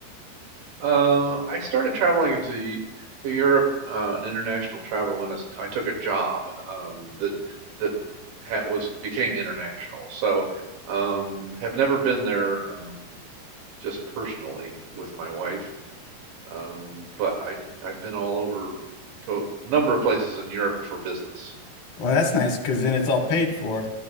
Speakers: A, on the right; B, on the left.
A: Uh, I started traveling to to Europe, uh, an international travel when I, s- I took a job um, that that had, was became international. So, um, have never been there um, just personally with my wife, um, but I I've been all over to a number of places in Europe for business.
B: Well, that's nice because then it's all paid for.